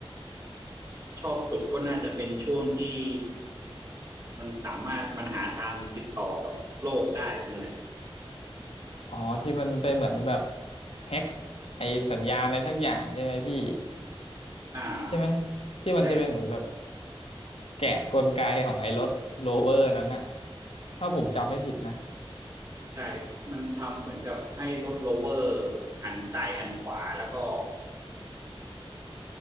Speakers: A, on the right; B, on the left.
A: ชอบสุดก็น่าจะเป็นช่วงที่มันสามารถมันหาทางติดต่อกับโลกได้นั่นแหละ
B: อ๋อที่มันไปเหมือนแบบแฮ็กไอ้สัญญาณอะไรสักอย่างใช่ไหมพี่
A: อ่า
B: ใช่ไหมที่มันจะเป็นเหมือนแบบ
A: ใช่
B: แกะกลไกของไอ้รถโรเวอร์นั้นอะถ้าผมจำไม่ผิดนะ
A: ใช่ มันทำเหมือนกับให้รถโลเวอร์หันซ้ายหันขวาแล้วก็